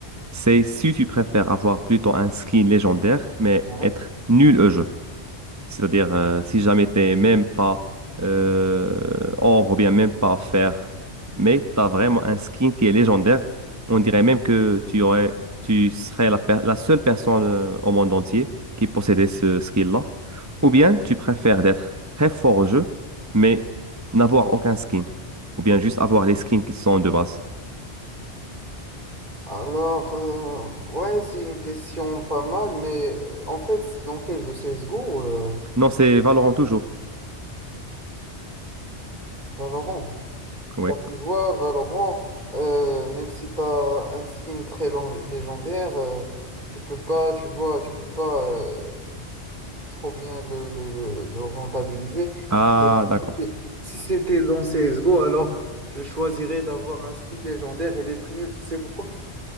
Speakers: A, on the right (about 15°); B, on the right (about 45°).
A: c'est si tu préfères avoir plutôt un skin légendaire, mais
B: Ouais.
A: être nul au jeu, C'est-à-dire, euh, si jamais t'es même pas euh, or ou bien même pas fer, mais t'as vraiment un skin qui est légendaire, on dirait même que tu aurais, tu serais la, per- la seule personne euh, au monde entier qui possédait ce skill-là. Ou bien tu préfères d'être très fort au jeu, mais n'avoir aucun skin. Ou bien juste avoir les skins qui sont de base.
B: Alors, euh, ouais, c'est une question pas mal, mais euh, en fait, c'est dans quel jeu CSGO, euh,
A: Non, c'est Valorant toujours.
B: Valorant?
A: Ouais.
B: Car tu vois, Valorant, euh, même si tu as un skin très lon- légendaire, euh, tu peux pas, tu vois, tu peux pas euh, trop bien le, le, le, le rentabiliser.
A: Ah,
B: Mais si
A: d'accord.
B: c'était si c'était dans CSGO, alors je choisirais d'avoir un skin légendaire et d'être nul. Tu sais pourquoi?